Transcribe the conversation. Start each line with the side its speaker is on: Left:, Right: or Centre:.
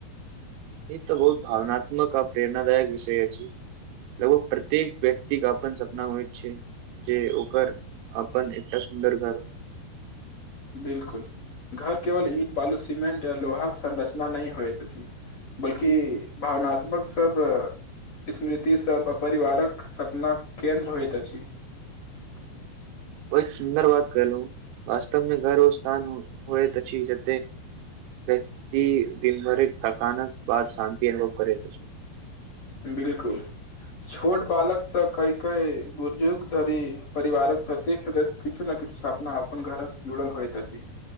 Right: ई तऽ बहुत भावनात्मक आ प्रेरणादायक विषय छै लगभग प्रत्येक व्यक्तिके अपन सपना होइत छै जे ओकर अपन एकटा सुन्दर घर हो। <unintelligible>
Left: बिलकुल घर केवल ईट बालू सिमेंट य लोहाक संरचना नहि होइत अछि बल्कि भावनात्मक सब स्मृति- सब परिवारक सपना केन्द्र होइत अछि। <unintelligible>
Right: बहुत सुन्दर बात कलहु वास्तवमे घर ओ स्थान होइ त ज गति- दिनभरित तकानक बाद शान्ति अनुभव करै। <unintelligible>
Left: बिलकुल छोट बालक स कै कै बुजुर्ग धरि परिवारक प्रत्येक सदस्य किछु ने किछु सपना अपन घरसँ जुड़ल होइतत अछि।